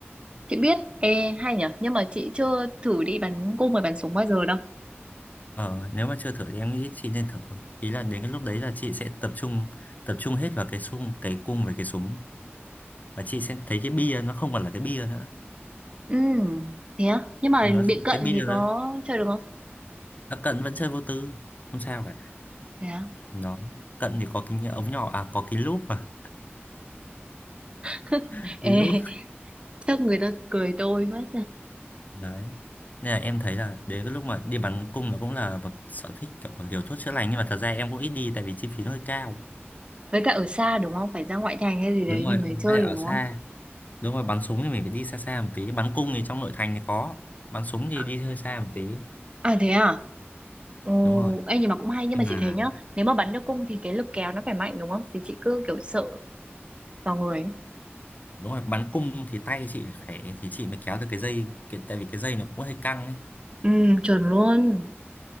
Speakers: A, on the right; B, on the left.
A: chị biết ê hay nhở nhưng mà chị chưa thử đi bắn cung và bắn súng bao giờ đâu
B: ờ nếu mà chưa thử thì em nghĩ chị nên thử ý là đến cái lúc đấy là chị sẽ tập trung tập trung hết vào cái súng cái cung với cái súng và chị sẽ thấy cái bia nó không còn là cái bia nữa
A: ừ thế á nhưng mà
B: nó
A: bị cận
B: cái bia
A: thì có
B: nó,
A: chơi được không
B: nó cận vẫn chơi vô tư không sao cả
A: thế á
B: nó cận thì có cái ống nhỏ à có cái lúp mà
A: <laughs>
B: <laughs> cái
A: ê
B: lúp
A: chắc người ta cười tôi mất
B: đấy nên là em thấy là đến cái lúc mà đi bắn cung là cũng là một sở thích kiểu liều thuốc chữa lành nhưng mà thật ra em cũng ít đi tại vì chi phí nó hơi cao
A: Với cả ở xa đúng không? Phải ra ngoại thành hay gì
B: đúng
A: đấy
B: rồi
A: thì mới
B: với
A: chơi
B: lại
A: được
B: ở
A: đúng
B: xa
A: không?
B: đúng rồi bắn súng thì mình phải đi xa xa một tí bắn cung thì trong nội thành thì có bắn súng thì
A: À,
B: đi hơi xa một tí
A: à thế à? Ừ,
B: đúng rồi
A: ê, nhưng mà cũng hay nhưng
B: nhưng
A: mà chị
B: mà
A: thấy nhá nếu mà bắn được cung thì cái lực kéo nó phải mạnh đúng không thì chị cứ kiểu sợ vào người ấy.
B: đúng rồi bắn cung thì tay chị phải khỏe thì chị mới kéo được cái dây cái, tại vì cái dây nó cũng hơi căng ấy
A: ừ chuẩn luôn